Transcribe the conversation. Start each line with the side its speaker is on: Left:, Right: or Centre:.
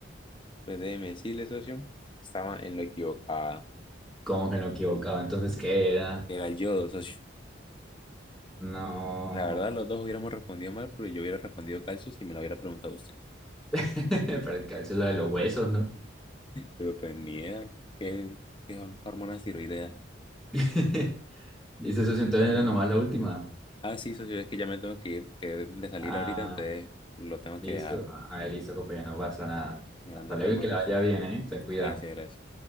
Left: Pues déjeme decirle, socio, estaba en lo equivocado.
Centre: ¿Cómo que no equivocaba? Entonces, ¿qué era?
Left: Era el yodo, socio.
Centre: No.
Left: La verdad, los dos hubiéramos respondido mal, pero yo hubiera respondido calcio si me lo hubiera preguntado usted.
Centre: <laughs> Para el calcio, la de los huesos, ¿no?
Left: Pero pues ni idea. ¿Qué, qué son hormonas tiroideas?
Centre: <laughs> Listo, socio. Entonces
Left: Mm.
Centre: era nomás la última.
Left: Ah, sí, socio, es que ya me tengo que ir, que he de salir
Centre: Ah,
Left: ahorita, entonces lo tengo
Centre: listo.
Left: que dejar.
Centre: Ah, eh, listo, compañero. No pasa nada.
Left: Bueno,
Centre: Hasta
Left: Nos
Centre: luego
Left: vemos,
Centre: y que la
Left: socio.
Centre: vaya bien, ¿eh? Se cuida.
Left: Gracias, gracias.